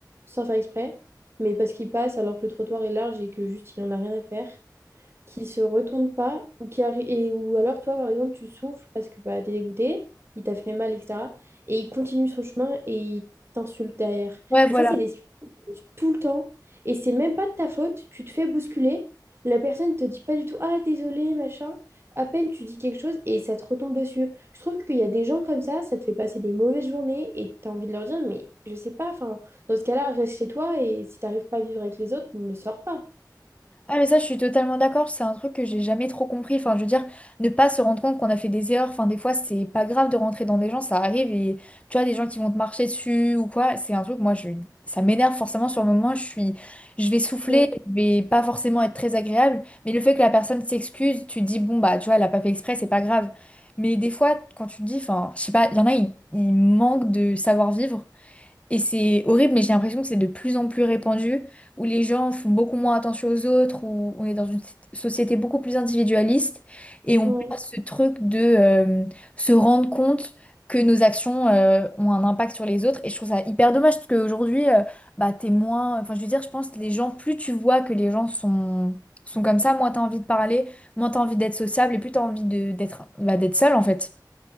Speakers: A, on the right (about 35°); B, on the left (about 15°).
A: sans faire exprès, mais parce qu'il passe alors que le trottoir est large et que juste il en a rien à faire qui se retourne pas, ou, qui arri- et, ou alors toi, par exemple, tu souffres parce que bah, t'es dégoûté, il t'a fait mal, etc. Et il continue son chemin et il t'insulte derrière.
B: Ouais, voilà.
A: Et ça, c'est des tout le temps. Et c'est même pas de ta faute, tu te fais bousculer, la personne te dit pas du tout, ah, désolé, machin. À peine tu dis quelque chose et ça te retombe dessus. Je trouve qu'il y a des gens comme ça, ça te fait passer des mauvaises journées et t'as envie de leur dire, mais je sais pas, enfin, dans ce cas-là, reste chez toi et si t'arrives pas à vivre avec les autres, ne sors pas.
B: Ah mais ça je suis totalement d'accord, c'est un truc que j'ai jamais trop compris. Enfin je veux dire, ne pas se rendre compte qu'on a fait des erreurs, enfin des fois c'est pas grave de rentrer dans des gens, ça arrive et tu vois des gens qui vont te marcher dessus ou quoi, c'est un truc moi je ça m'énerve forcément sur le moment, je suis je vais souffler,
A: ouais
B: je vais pas forcément être très agréable, mais le fait que la personne s'excuse, tu te dis bon bah tu vois elle a pas fait exprès, c'est pas grave. Mais des fois quand tu te dis enfin je sais pas, il y en a ils, ils manquent de savoir-vivre et c'est horrible, mais j'ai l'impression que c'est de plus en plus répandu, où les gens font beaucoup moins attention aux autres, où on est dans une société beaucoup plus individualiste, et on
A: Ouais.
B: perd ce truc de euh, se rendre compte que nos actions euh, ont un impact sur les autres. Et je trouve ça hyper dommage, parce qu'aujourd'hui, euh, bah, t'es moins... Enfin, je veux dire, je pense que les gens, plus tu vois que les gens sont, sont comme ça, moins t'as envie de parler, moins t'as envie d'être sociable, et plus t'as envie de, d'être, bah, d'être seul, en fait.